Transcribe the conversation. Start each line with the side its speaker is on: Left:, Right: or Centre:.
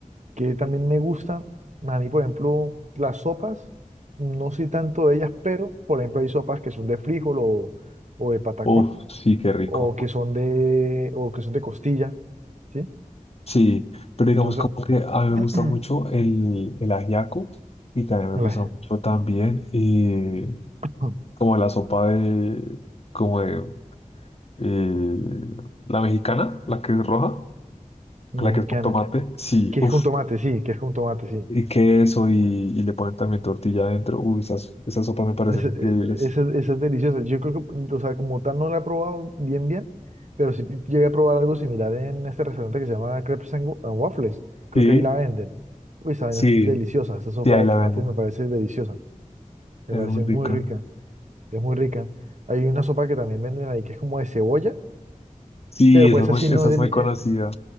Right: que también me gustan, a mí, por ejemplo, las sopas, no soy tanto de ellas, pero, por ejemplo, hay sopas que son de frijol o, o de patacón,
Left: uf, sí, qué rico.
Right: o que son de, o que son de costilla, ¿sí?
Left: Sí, pero digamos
Right: Entonces,
Left: como que a mí me
Right: <clears throat>
Left: gusta mucho el, el ajiaco y también me
Right: la
Left: gusta mucho también eh,
Right: <clears throat>
Left: como la sopa de, como de eh, la mexicana, la que es roja,
Right: mexicana,
Left: la que es con tomate, sí,
Right: que
Left: uff,
Right: es con tomate, sí, que es con tomate, sí.
Left: y queso y, y le ponen también tortilla adentro, uy, esas, esas sopas me parecen
Right: Esa
Left: increíbles.
Right: es, es deliciosa. Yo creo que, o sea, como tal no la he probado bien, bien, pero sí llegué a probar algo similar en este restaurante que se llama Crepes and Wa- and Waffles. Creo
Left: Sí,
Right: que ahí la venden. Uy, esa vaina
Left: sí,
Right: es deliciosa. Esa sopa
Left: sí, ahí
Right: de
Left: la
Right: tomate
Left: venden,
Right: me parece deliciosa. Me
Left: es
Right: parece
Left: muy rica.
Right: muy rica. Es muy rica. Hay una sopa que también venden ahí que es como de cebolla,
Left: Sí,
Right: pero pues
Left: esa es
Right: esa
Left: muy,
Right: sí
Left: esa
Right: no es
Left: es
Right: de
Left: muy
Right: mi, eh,
Left: conocida,